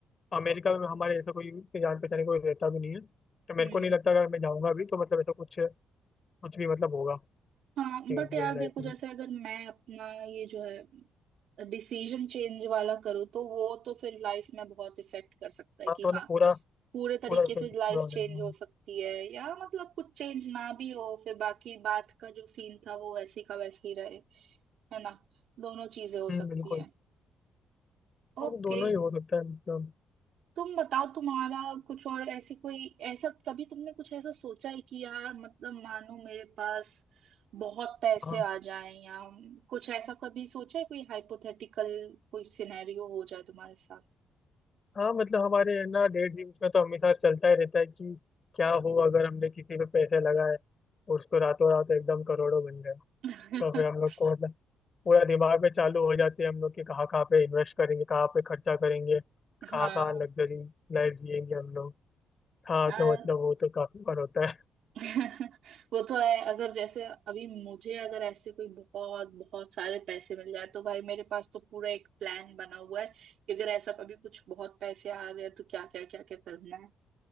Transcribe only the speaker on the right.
हम्म
हाँ
बट यार
देखो
जैसे अगर मैं अपना ये जो है डिसीजन चेंज वाला करूँ तो वो तो फिर लाइफ में बहुत इफेक्ट कर सकता है
कि
हाँ
पूरे तरीके
से लाइफ
चेंज
हो सकती है या मतलब कुछ चेंज ना भी हो फिर बाकी बात का जो सीन था वो वैसी का वैसे ही रहे है ना दोनों चीजें हो
सकती
हैं
ओके
तुम बताओ तुम्हारा कुछ और ऐसे कोई ऐसा कभी तुमने कुछ ऐसा सोचा है कि यार मतलब मानो मेरे पास बहुत पैसे
आ जाएं या कुछ ऐसा कभी सोचा है कोई हाइपोथेटिकल कोई सिनेरियो हो जाए तुम्हारे साथ
<laughs>
हाँ
यार
<laughs> वो तो है अगर जैसे अभी मुझे अगर ऐसे कोई बहुत बहुत सारे पैसे मिल जाए तो भाई मेरे पास तो पूरा एक प्लान बना हुआ है कि अगर ऐसा कभी कुछ बहुत पैसे आ गए तो क्या क्या क्या क्या करना है